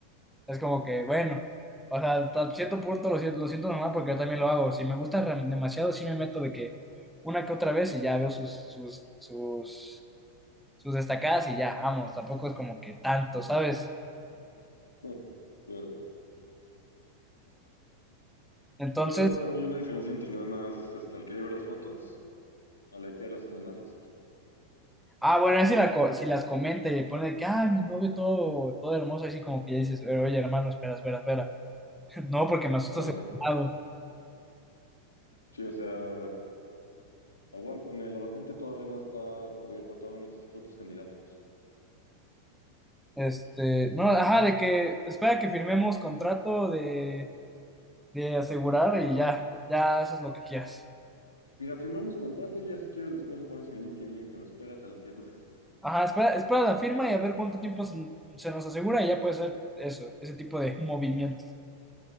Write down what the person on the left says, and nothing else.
<laughs>
Pero hay una diferencia entre nada más este, al querer ver las fotos, a likearlas, comentarlas.
Ajá.
Sí, o sea, aguántame, la vacante todavía no está cubierta, todavía necesito otros candidatos.
Mira, firmamos contrato y ya si quieres después lo pones en LinkedIn, pero espérate a la firma.